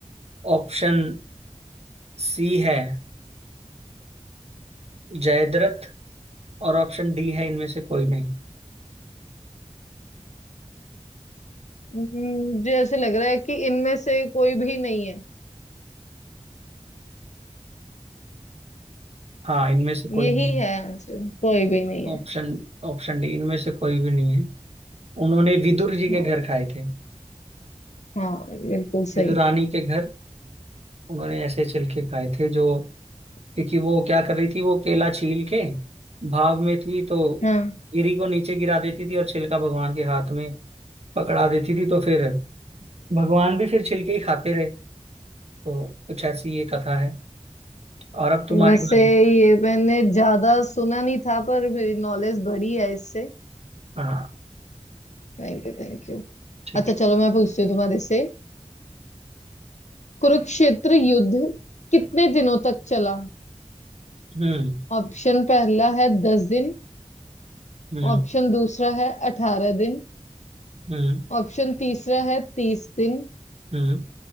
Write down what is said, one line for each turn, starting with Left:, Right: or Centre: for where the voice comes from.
Right: ऑप्शन सी है जयद्रथ और ऑप्शन डी है इनमें से कोई नहीं
Left: हम्म, मुझे ऐसे लग रहा है कि इनमें से कोई भी नहीं है
Right: हाँ इनमें से कोई
Left: यही
Right: भी नहीं
Left: है आंसर कोई भी नहीं
Right: ऑप्शन
Left: है
Right: ऑप्शन डी इनमें से कोई भी नहीं है उन्होंने विदुर जी के
Left: हाँ
Right: घर खाए थे
Left: हाँ बिल्कुल
Right: विदुरानी
Left: सही
Right: के घर उन्होंने ऐसे छिलके खाए थे जो क्योंकि वो क्या कर रही थी वो केला छील के भाव में थी तो
Left: हाँ
Right: गिरी को नीचे गिरा देती थी और छिलका भगवान के हाथ में पकड़ा देती थी तो फिर भगवान भी फिर छिलके ही खाते रहे तो कुछ ऐसी ये कथा है और अब तुम्हारी
Left: वैसे
Right: बारी
Left: ये मैंने ज्यादा सुना नहीं था पर मेरी नॉलेज बढ़ी है इससे
Right: हाँ
Left: Thank you thank you
Right: ठीक
Left: अच्छा चलो मैं पूछती हूँ तुम्हारे से कुरुक्षेत्र युद्ध कितने दिनों तक चला
Right: हम्म
Left: ऑप्शन पहला है दस दिन
Right: हम्म
Left: ऑप्शन दूसरा है अठारह दिन
Right: हम्म
Left: ऑप्शन तीसरा है तीस दिन
Right: हम्म